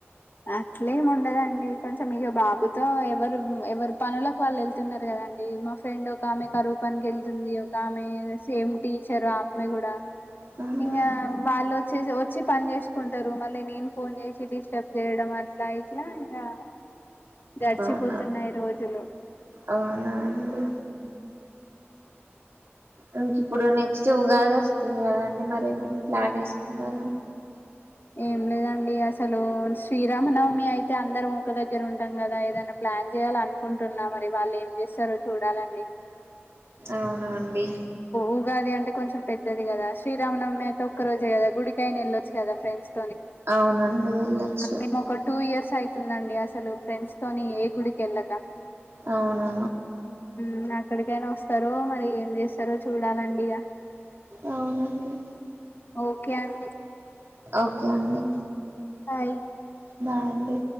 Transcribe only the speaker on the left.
అట్లేమి ఉండదండి కొంచెం ఇక బాబుతో ఎవరు ఎవరు పనులకు వాళ్ళు వెళ్తున్నారు కదా అండి మా ఫ్రెండ్ ఒక ఆమె కరూప్ అని గెళ్తుంది ఒక ఆమె సేమ్ టీచరు ఆమె కూడా
ఇంకా వాళ్ళు వచ్చే వచ్చి పని చేసుకుంటారు మళ్ళీ నేను ఫోన్ చేసి డిస్టర్బ్ ఇక్కడ అట్లా ఇట్లా ఇంకా గడిచిపోతున్నాయి
రోజులు
ఏం లేదండి అసలు శ్రీరామనవమి అయితే అందరం ఒకక్క దగ్గర ఉంటాం కదా ఏదైనా ప్లా ప్లాన్ చేయాల అనుకుంటున్నా మరి వాళ్ళు ఏం చేస్తార చూడాలండి
ఉగాది అంటే కొంచెం పెద్దది కదా శ్రీరామనమ్ అయితే ఒక్క రోజే కదా గుడికాయ నిళ్ళొచ్చు కదా ఫ్రెండ్స్
మేము ఒక టూ ఇయర్స్ అవుతుందండి అసలు ఫ్రెండ్స్ తోని ఏ గుడికెళ్ళక
ఉ అక్కడికైనా వస్తారో మరి ఏం చేస్తారో చూడాలండి ఇక
ఓకే అండి
బాయ్